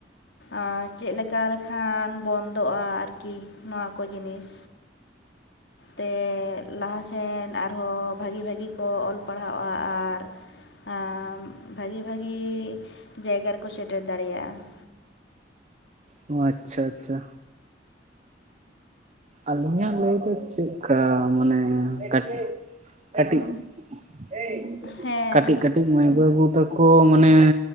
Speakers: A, on the left; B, on the right.
A: ᱟᱸ ᱪᱮᱫ ᱞᱮᱠᱟ ᱞᱮᱠᱷᱟᱱ ᱵᱚᱱᱫᱚᱜ-ᱟ ᱟᱨᱠᱤ ᱱᱚᱣᱟ ᱠᱚ ᱡᱤᱱᱤᱥ ᱛᱮ ᱞᱟᱦᱟ ᱥᱮᱱ ᱟᱨᱦᱚᱸ ᱵᱷᱟᱜᱤ ᱵᱷᱟᱜᱤ ᱠᱚ ᱚᱞ ᱯᱟᱲᱦᱟᱣᱚᱜ-ᱟ ᱟᱨ ᱟᱢ ᱵᱷᱟᱜᱤ ᱵᱷᱟᱜᱤ ᱾ ᱡᱟᱭᱜᱟ ᱨᱮᱠᱚ ᱥᱮᱴᱮᱨ ᱫᱟᱲᱮᱭᱟᱜ-ᱟ ᱾
B: ᱚ ᱟᱪᱷᱟ ᱟᱪᱷᱟ ᱟᱹᱞᱤᱧᱟᱜ ᱞᱟᱹᱭ ᱫᱚ ᱪᱮᱫᱠᱟ ᱢᱟᱱᱮ ᱠᱟᱴᱤᱡ ᱠᱟᱴᱤᱡ ᱠᱟᱴᱤᱡ
A: ᱦᱮᱸ
B: ᱠᱟᱴᱤᱡ ᱠᱟᱹᱴᱤᱡ ᱢᱟᱹᱭ ᱵᱟᱹᱵᱩ ᱛᱟᱠᱚ ᱢᱟᱱᱮ